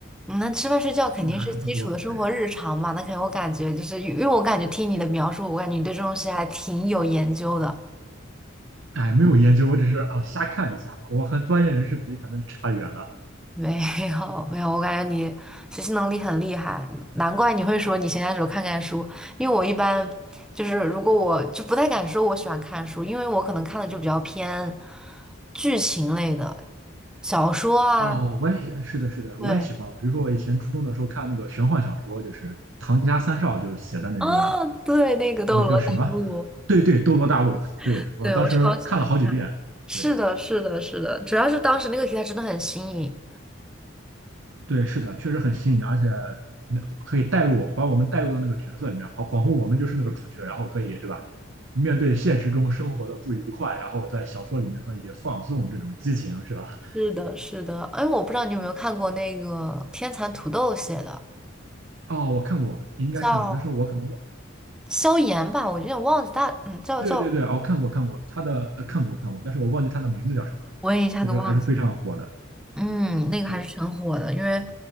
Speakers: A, in the centre; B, on the right.
A: 嗯那吃饭睡觉肯定是基础的生活日常嘛，
B: 这个还是不多，对，
A: 那肯定我感觉就是因为我感觉听你的描述，我感觉你对这种东西还挺有研究的。
B: 哎，没有研究，我只是啊瞎看一下，我和专业人士比可能差远了。
A: 没有没有，我感觉你学习能力很厉害，难怪你会说你闲暇时候看看书。因为我一般就是如果我就不太敢说我喜欢看书，因为我可能看的就比较偏剧情类的小说啊，
B: 哦，我也是的，是的，我也喜欢。
A: 对，
B: 比如说，我以前初中的时候看那个玄幻小说，就是唐家三少就写的那个
A: 啊，对，那个《斗罗大陆》
B: 那个叫什么？对对，《斗罗大陆》。对，
A: <laughs>，
B: 我当时看了好几遍。
A: 对我超喜欢。是的，
B: 对
A: 是的，是的，主要是当时那个题材真的很新颖。
B: 对，是的，确实很新颖，而且那可以带入，把我们带入到那个角色里面，好，仿佛我们就是那个主角，然后可以，对吧？面对现实中生活的不愉快，然后在小说里面可以放纵这种激情，是吧？<laughs>
A: 是的，是的，哎，我不知道你有没有看过那个天蚕土豆写的，
B: 哦，我看过，应该看过，
A: 叫
B: 但是我可能忘。
A: 萧炎吧，我有点忘记大，嗯，叫叫，
B: 对对对，哦，看过看过，他的呃看过看过，但是我忘记他的名字叫什么了。
A: 我也一下子忘记。
B: 但是还是非常火的，
A: 嗯，那个还是挺火的，
B: 对
A: 因为